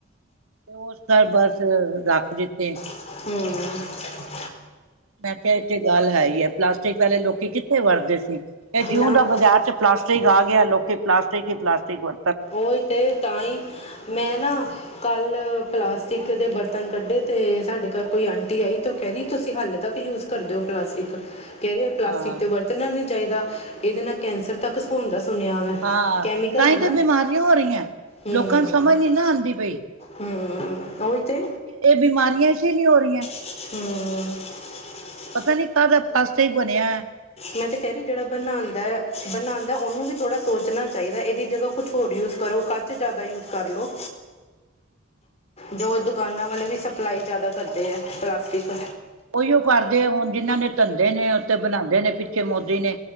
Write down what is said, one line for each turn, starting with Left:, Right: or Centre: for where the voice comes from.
Right: ਓਸ ਤੋਂ ਬਸ ਰੱਖ ਦਿੱਤੇ।
Left: ਹੂੰ
Right: ਮੈਂ ਕੇਹਾ- ਇਥੇ ਗੱਲ ਹੈ ਹੀ ਹੈ, ਪਲਾਸਟਿਕ ਵਾਲੇ ਲੋਕੀ ਕਿੱਥੇ ਵਰਦੇ ਸੀ। ਏ ਜਿਉਂ
Left: ਨਾ
Right: ਦਾ ਬਾਜ਼ਾਰ ਚ ਪਲਾਸਟਿਕ ਆ ਗਿਆ, ਲੋਕੀ ਪਲਾਸਟਿਕ ਹੀ ਪਲਾਸਟਿਕ ਵਰ
Left: ਉਈ ਤੇ ਤਾਂਈ ਮੈਂ ਨਾ ਕੱਲ ਪਲਾਸਟਿਕ ਦੇ ਬਰਤਨ ਕੱਡੇ ਤੇ ਸਾਡੇ ਘਰ ਕੋਈ ਆਂਟੀ ਆਈ ਤਾਂ ਉਹ ਕਹਿ ਦਈ ਤੁਸੀਂ ਹਲੇ ਤੱਕ ਯੂਜ ਕਰ ਦਿਓ ਪਲਾਸਟਿਕ ਕੇ ਰਹੇ ਪਲਾਸਟਿਕ
Right: ਹਾਂ
Left: ਤੇ ਵਰਤਣਾ ਨੀ ਚਾਈਦਾ। ਇਹਦੇ ਨਾਲ ਕੈਂਸਰ ਤੱਕ ਸੋਣ ਦਾ ਸੁਣਿਆ ਵੈ।
Right: ਹਾਂ,
Left: ਕੈਮੀਕਲ
Right: ਤਾਂਈ
Left: ਹੈ ਨਾ
Right: ਤੇ ਬਿਮਾਰੀਆਂ ਹੋ ਰਹੀਆਂ।
Left: ਹੂੰ
Right: ਲੋਕਾਂ ਨੂੰ ਸਮਝ ਨੀ ਨਾ ਆਂਦੀ ਪਈ।
Left: ਹੂੰ ਉਹੀ ਤੇ
Right: ਇਹ ਬਿਮਾਰੀਆਂ ਇਸੇ ਲੀ ਹੋ ਰਹੀ ਐ
Left: ਹਾਂ ਹੂ
Right: ਪਤਾ ਨੀ ਕਾਦਾ ਪਤਾਟਿਕ ਬਣਿਆ ਐ
Left: ਮੈਂ ਤੇ ਕਹਿ ਰਹੀ ਜਿਹੜਾ ਬਣਾਉਂਦਾ ਬਣਾਉਂਦਾ ਉਹਨੂੰ ਵੀ ਥੋੜ੍ਹਾ ਸੋਚਣਾ ਚਾਹੀਦਾ ਇਹਦੀ ਜਗ੍ਹਾ ਕੁਛ ਹੋਰ ਯੂਜ਼ ਕਰੋ, ਕੱਚ ਜ਼ਿਆਦਾ ਯੂਜ ਕਰ ਲਉ ਜੋ ਦੁਕਾਨਾਂ ਵਾਲੇ ਵੀ ਸਪਲਾਈ ਜ਼ਿਆਦਾ ਕਰਦੇ ਐ, ਪਲਾਸਟਿਕ
Right: ਉਹੀਓ ਕਰਦੇ ਆ ਹੁਣ ਜਿਹਨਾਂ ਨੇ ਧੰਦੇ ਨੇ ਉੱਥੇ ਬਣਾਉਂਦੇ ਨੇ ਪਿੱਛੇ ਮੋਦੀ ਨੇ